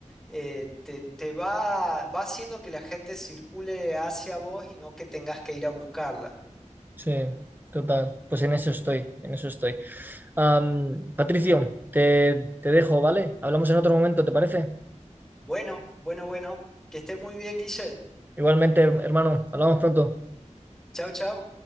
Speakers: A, in the centre; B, on the right (about 15°).
A: eh, te, te va, va haciendo que la gente circule hacia vos y no que tengas que ir a buscarla.
B: sí, total. Pues en eso estoy, en eso estoy. Am, Patricio, te, te dejo, ¿vale? Hablamos en otro momento, ¿te parece?
A: Bueno, bueno, bueno, que estés muy bien, Guille.
B: Igualmente, hermano, hablamos pronto.
A: Chau, chau.